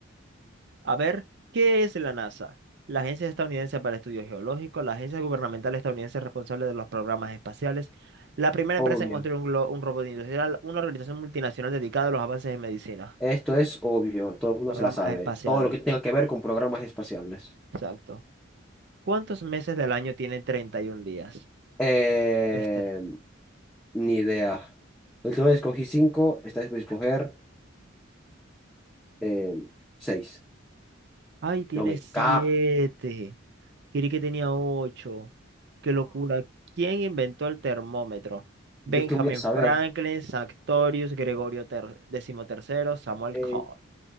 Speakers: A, on the right; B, in the centre.
A: A ver, ¿qué es la NASA? La Agencia Estadounidense para Estudios Geológicos, la agencia gubernamental estadounidense responsable de los programas espaciales, la primera
B: Obvio.
A: empresa en construir un, glo- un robot industrial, una organización multinacional dedicada a los avances en medicina,
B: Esto es obvio, todo el mundo
A: ramas
B: se la sabe.
A: espaciales,
B: Todo lo que tenga que ver con programas espaciales.
A: exacto. ¿Cuántos meses del año tiene 31 días?
B: Eh,
A: Este.
B: ni idea. La última vez escogí cinco, esta vez voy a escoger eh, seis.
A: Ay, tiene
B: Yo me
A: siete.
B: cago.
A: Creí que tenía ocho. Qué locura. ¿Quién inventó el termómetro? Benjamin
B: ¿Yo qué voy a saber?
A: Franklin, Sanctorius, Gregorio ter- XIII, Samuel
B: Eh,
A: Cole.